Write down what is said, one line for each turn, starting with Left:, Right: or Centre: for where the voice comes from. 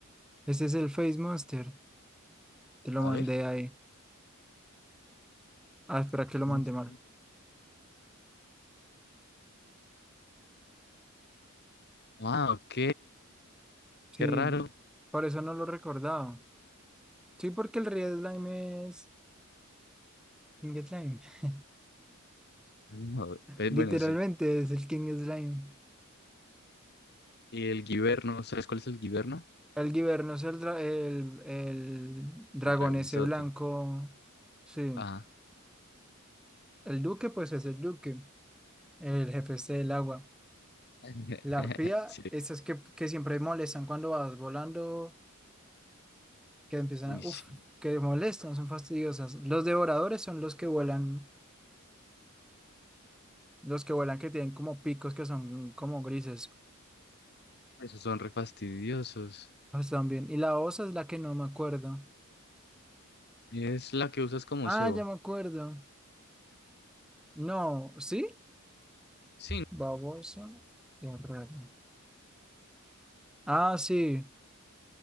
Centre: Ese es el Face Monster. Te lo
Left: A
Centre: mandé
Left: ver.
Centre: ahí. Ah, espera
Left: Face
Centre: que lo
Left: Monster.
Centre: mandé mal.
Left: Ah, ok.
Centre: Sí,
Left: Qué raro
Centre: por eso no lo recordaba. Sí, porque el Red Slime es King Slime. <laughs>
Left: No, eh,
Centre: Literalmente
Left: bueno, sí.
Centre: es el King Slime.
Left: Y el guiberno, ¿sabes cuál es el guiberno?
Centre: El Giverno es el, dra- el, el dragón
Left: El dragonzote.
Centre: ese blanco. Sí.
Left: Ajá.
Centre: El Duque, pues es el Duque. El jefe ese del agua.
Left: <laughs>
Centre: La arpía,
Left: Sí.
Centre: esas que, que siempre molestan cuando vas volando, que empiezan
Left: Uy,
Centre: a,
Left: sí.
Centre: uf, que molestan, son fastidiosas. Los devoradores son los que vuelan, los que vuelan que tienen como picos que son como grises,
Left: Esos son re fastidiosos.
Centre: ah, están Y la osa es la que no me acuerdo.
Left: Es la que usas como
Centre: Ah,
Left: cebo.
Centre: ya me acuerdo. No, ¿sí?
Left: Sí.
Centre: Babosa de rato. Ah, sí.